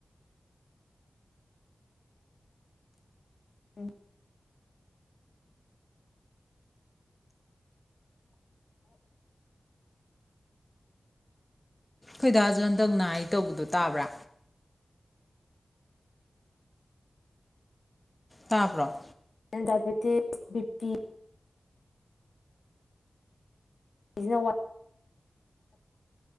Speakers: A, on the left; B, on the left.
A: ꯎꯝ
B: ꯈꯣꯏꯗꯥꯖꯣ ꯍꯟꯗꯛꯅ ꯑꯩ ꯇꯧꯕꯗꯣ ꯇꯥꯕ꯭ꯔꯥ ꯇꯥꯄ꯭ꯔꯣ
A: ꯇꯄꯦꯗꯤ ꯕꯤ ꯄꯤ ꯏꯖꯤꯅ